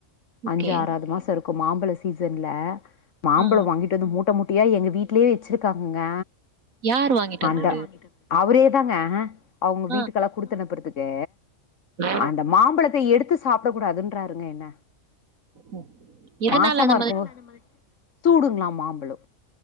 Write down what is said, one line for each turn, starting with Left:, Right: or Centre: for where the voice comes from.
Right: ஓகே.
Left: அஞ்சு ஆறாவது மாசோம் இருக்கும் மாம்பழ சீசன்ல மாம்பழம்
Right: ஆ.
Left: வாங்கிட்டு வந்து மூட்ட மூட் எங்க வீட்லயே வச்சிருக்காங்கங்க
Right: யார் வாங்கிட்டு வந்தது?
Left: அந்த அவரே ங்க அவுங்க வீட்டுக்கெல்லாம்
Right: ஆ.
Left: குடுத்தனுப்புறதுக்கு
Right: ஓ!
Left: அந்த மாம்பழத்த எடுத்து எடுத்து சாப்பிட கூடாதுன்றாருங்க என்ன
Right: ம். எதனால
Left: மாசமா
Right: அந்த
Left: இருக்கும்
Right: மாதிரி
Left: போ சூடுங்ளா மாம்பழோ